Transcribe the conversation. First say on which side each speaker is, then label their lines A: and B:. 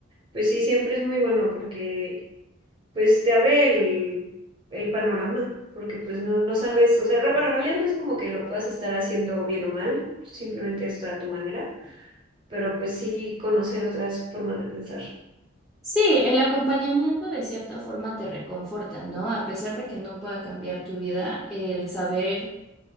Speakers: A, on the right; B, in the centre.
A: Pues sí, siempre es muy bueno porque pues te abre el, el panorama, porque pues no, no sabes, o sea, re- bueno, en realidad no es como que lo puedas estar haciendo bien o mal, simplemente está a tu manera, pero pues sí conocer otras formas de pensar.
B: Sí, el acompañamiento de cierta forma te reconforta, ¿no? A pesar de que no pueda cambiar tu vida, el saber